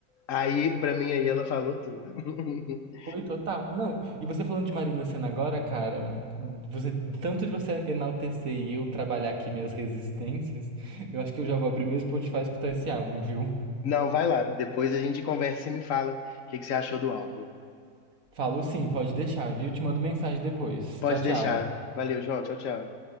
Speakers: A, on the left (about 65°); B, on the right (about 65°).
A: Aí, pra mim, aí ela falou tudo. <laughs>
B: Foi total. Não, e você falando de Marina Sena agora, cara, você, tanto de você enaltecer e eu trabalhar aqui minhas resistências, eu acho que eu já vou abrir meu Spotify e escutar esse álbum, viu?
A: Não, vai lá. Depois a gente conversa e você me fala o que que você achou do álbum.
B: Falo sim, pode deixar, viu? Te mando mensagem depois.
A: Pode
B: Tchau, tchau.
A: deixar. Valeu, João. Tchau, tchau.